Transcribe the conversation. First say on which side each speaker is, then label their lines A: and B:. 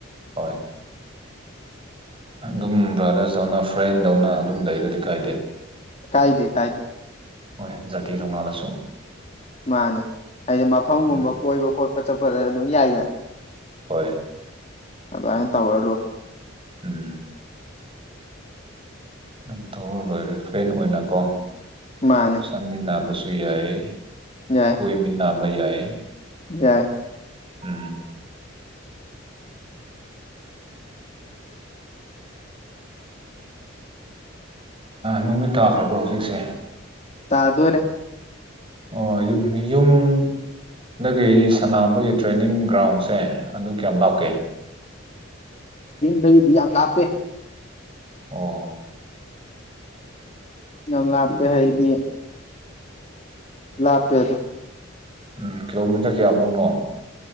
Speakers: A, on the right; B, on the left.
A: ꯍꯣꯏ ꯑꯗꯨꯝ ꯕ꯭ꯔꯥꯗꯔꯁꯇꯧꯅ ꯐ꯭ꯔꯦꯟꯗꯧꯅ ꯑꯗꯨꯝ ꯂꯩ ꯑꯗꯨꯗꯤ ꯀꯥꯏꯗꯦ
B: ꯀꯥꯏꯗꯦ ꯀꯥꯏꯗꯦ
A: ꯍꯣꯏ ꯖꯥꯇꯤ ꯇꯣꯉꯥꯜꯂꯁꯨ
B: ꯃꯥꯅꯦ ꯍꯥꯏꯗꯤ ꯃꯐꯝꯒꯨꯝꯕ
A: ꯎꯝ
B: ꯀꯣꯏꯕ ꯈꯣꯠꯄ ꯆꯠꯄꯗ ꯑꯗꯨꯝ ꯌꯥꯏꯗꯅ
A: ꯍꯣꯏ
B: ꯑꯗꯨꯃꯅ ꯇꯧꯍꯂꯨ
A: ꯎꯝ ꯑꯗꯨꯝ ꯊꯣꯛꯑ ꯂꯣꯏꯔꯦ ꯐ꯭ꯔꯦꯟ ꯑꯣꯏꯅꯀꯣ
B: ꯃꯥꯅꯦ
A: ꯆꯥꯃꯤꯟꯅꯕꯁꯨ ꯌꯥꯏ
B: ꯌꯥꯏ
A: ꯀꯣꯏ ꯃꯤꯅꯥꯕꯩ ꯌꯥꯏ
B: ꯌꯥꯏ
A: ꯎꯝ ꯅꯨꯃꯤꯠ ꯇꯥꯈ꯭ꯔꯕ꯭ꯔꯣ ꯍꯧꯖꯤꯛꯁꯦ
B: ꯇꯗꯨꯔꯦ
A: ꯑꯣ ꯌꯨꯝ ꯌꯨꯝꯗꯒꯤ ꯁꯅꯥꯕꯒꯤ ꯇ꯭ꯔꯦꯅꯤꯡ ꯒ꯭ꯔꯥꯎꯟꯁꯦ ꯑꯗꯨ ꯀꯌꯥꯝ ꯂꯥꯛꯀꯦ
B: ꯂꯩꯗꯤ ꯌꯥꯝ ꯂꯥꯞꯄꯦ
A: ꯑꯣ
B: ꯅꯝ ꯂꯥꯛꯄ ꯍꯥꯏꯗꯤ ꯂꯥꯛꯄꯦ ꯑꯗꯨ
A: ꯎ ꯀꯤꯂꯣꯃꯤꯗ ꯀꯌꯥꯃꯨꯅ